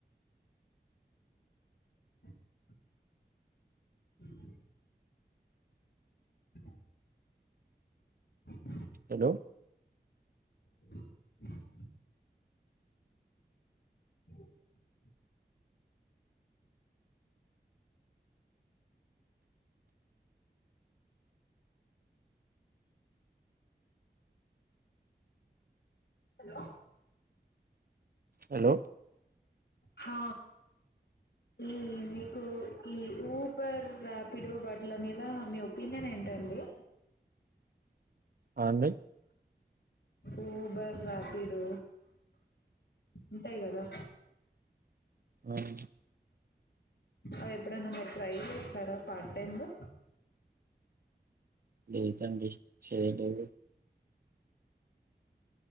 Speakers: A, on the left; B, on the right.
A: <inaudible> <inaudible> అ <inaudible> అ <inaudible>
B: హలో
A: <inaudible> అ <inaudible> హలో
B: హలో
A: హ ఈ మీకు ఈ ఊబర్ ర్యాపిడో బట్ల మీద మీ ఒపీనియన్ ఏంటండి
B: హా అండి
A: ఊబర్ రాపిడో ఉంటాయి కదా
B: ఆహ్
A: అవి ఎప్పుడన్నా మీరు ట్రై చేసారా పార్ట్ టైము
B: లేదండి చేయలేదు